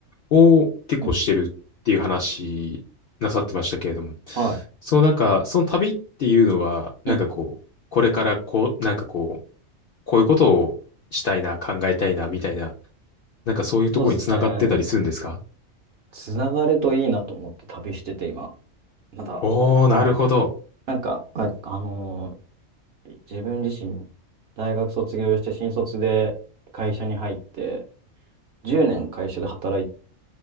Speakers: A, on the left; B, on the right.
A: を結構してるっていう話なさってましたけれども、
B: うん、はい。
A: そのなんか、その旅っていうのは、なんかこう、
B: うん
A: これからこう、なんかこう、こういうことをしたいな、考えたいな、みたいな、なんかそういうところにつながってたりするんですか
B: そうですね。つながるといいなと思って旅してて、今。まだ。
A: おー、
B: はい。
A: なるほど。
B: なんか、あ、あのー自分自身、大学卒業して新卒で会社に入って、10年会社で働い